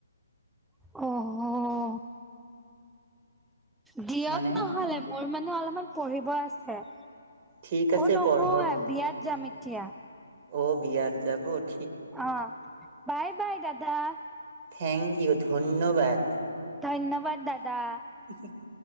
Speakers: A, in the centre; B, on the right (about 35°).
A: অ'। দিয়ক
B: মানে
A: নহ'লে মোৰ মানে অলপমান পঢ়িব আছে। অ',
B: ঠিক আছে
A: নহয়
B: পঢ়ক
A: বিয়াত যাম এতিয়া।
B: অ', বিয়াত যাবত
A: অ', বাই-বাই দাদা।
B: থেংক ইউ ধন্যবাদ।
A: ধন্যবাদ দাদা।
B: <unintelligible>